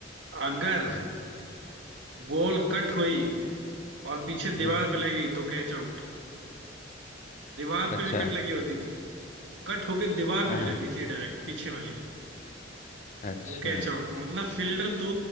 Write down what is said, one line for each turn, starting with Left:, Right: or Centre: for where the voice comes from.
Right: अगर
Left: हाँ,
Right: बॉल कट हुई और पीछे दीवार
Left: हम्म
Right: पे लगी तो कैच आउट दीवार
Left: अच्छा
Right: पे विकेट लगी होती थी कट होके दीवार
Left: हाँ
Right: पे नहीं
Left: हाँ
Right: लगनी चाहिए डायरेक्ट पीछे वाली
Left: अच्छा
Right: वो कैच आउट मतलब फील्डर तो